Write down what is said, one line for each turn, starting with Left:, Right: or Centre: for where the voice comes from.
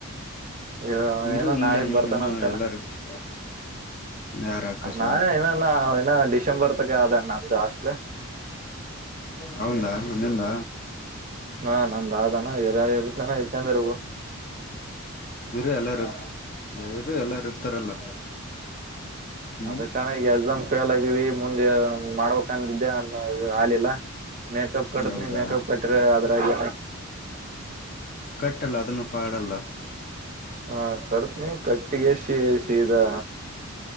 Right: ಇವು
Left: ಇರು
Right: ಏನ
Left: ಇಲ್ಲ
Right: ನಾಳಿಗ್
Left: ನೀನುನ್ನು
Right: ಬರ್ತಾನ ಅಂತಣ್ಣ
Left: ಎಲ್ಲಾರ ಇರ್ತಿ ಯಾರ ಆಕಾಶ
Right: ನಾಳೆ ಇನ ಇನ್ನ ಡಿಸೆಂಬರ್ ತಕ ಆದಣ್ಣ ನಮ್ದು ಹಾಸ್ಟೆಲ್
Left: ಅವಂದಾ ನಿಂದಾ
Right: ಹಾ ನಂದ ಆದಣ್ಣ ಇರ ಇರ್ತ್ನ ಇಲ್ಕಂದ್ರವು
Left: ಇರಿ ಎಲ್ಲಾರು ಇರ್ತ ಇರು ಎಲ್ಲಾರು ಇರ್ತಾರಲ್ಲ ಹ್ಮ್
Right: ಅದಕ್ಕಣ ಈಗೆ ಎಕ್ಸಾಮ್ ಪೇಲ್ ಆಗವಿ ಮುಂದೆ ಮಾಡ್ಬೇಕಂದಿದ್ದೆ ಅ ಆಲಿಲ್ಲ ಮೇಕಪ್ ಕಟ್ತ್ನೀ
Left: ಹೌದಾ
Right: ಮೇಕಪ್ ಕಟ್ಟ್ರಿ ಅದ್ರಾಗ
Left: ಕಟ್ಟಲ್ಲ ಅದನ್ನು ಪಾಡಲ್ಲ
Right: ಹಾ ಕಟ್ತನಿ ಕಟ್ಟಿಗೆ ಶೀ ಸೀದಾ